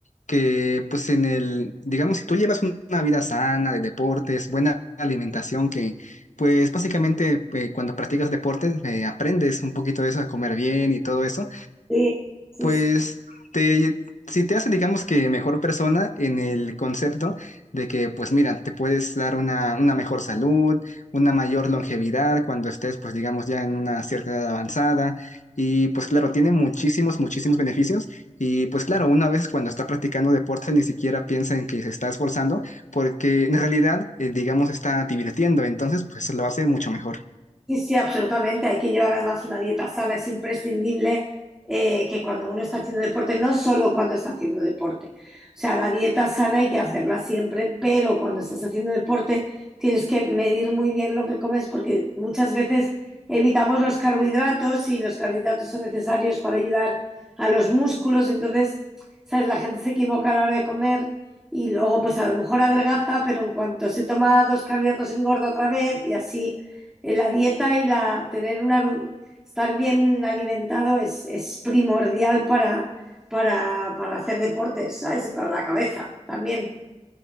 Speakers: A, on the left (about 80°); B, in the centre.
A: que, pues, en el, digamos, si tú llevas un- una vida sana de deportes, buena alimentación, que, pues, básicamente, eh, cuando practicas deportes, eh, aprendes un poquito de eso, a comer bien y todo eso.
B: Sí, sí,
A: Pues
B: sí.
A: te, si te hace, digamos que mejor persona en el concepto de que, pues mira, te puedes dar una, una mejor salud, una mayor longevidad cuando estés, pues digamos, ya en una cierta edad avanzada. Y pues claro, tiene muchísimos, muchísimos beneficios. Y pues claro, una vez cuando está practicando deporte ni siquiera piensa en que se está esforzando porque en realidad, eh, digamos, está divirtiendo. Entonces, pues lo hace mucho mejor.
B: Sí, sí, absolutamente. Hay que llevar además una dieta sana. Es imprescindible eh, que cuando uno está haciendo deporte, no solo cuando está haciendo deporte, o sea, la dieta sana hay que hacerla siempre, pero cuando estás haciendo deporte tienes que medir muy bien lo que comes porque muchas veces evitamos los carbohidratos y los carbohidratos son necesarios para ayudar a los músculos. Entonces, ¿sabes? La gente se equivoca a la hora de comer y luego pues a lo mejor adelgaza, pero en cuanto se toma dos carbohidratos engorda otra vez y así eh, la dieta y la, tener una, estar bien alimentado es, es primordial para, para, para hacer deportes, ¿sabes? Y para la cabeza también.